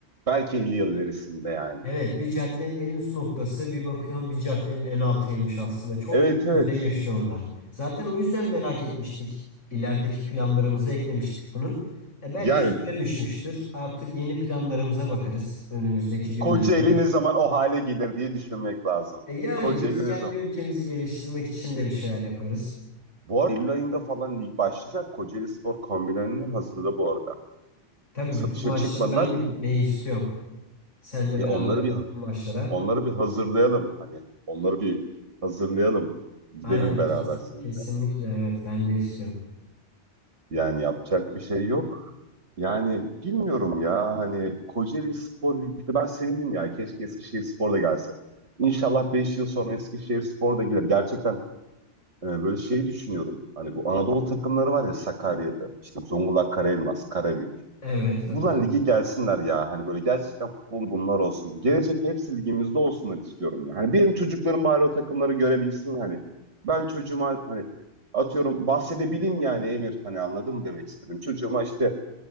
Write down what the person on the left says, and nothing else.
Evet bir caddenin en üst noktası bir bakıyorsun bir caddenin en altıymış aslında. Çok
üst
düzey yaşıyor onlar. Zaten o yüzden merak etmiştik. İlerideki planlarımıza eklemiştik bunu. E belki
suya düşmüştür. Artık yeni planlarımıza bakarız önümüzdeki günlerde.
E yani
biz kendi
ülkemizi geliştirmek için de bir şeyler yaparız.
Tabii
bütün maçlara
ben de gitmeyi istiyorum. Seninle
beraber
bütün maçlara.
Aynen
kes-
kesinlikle evet ben de istiyorum.
Evet
hatırlıyorum.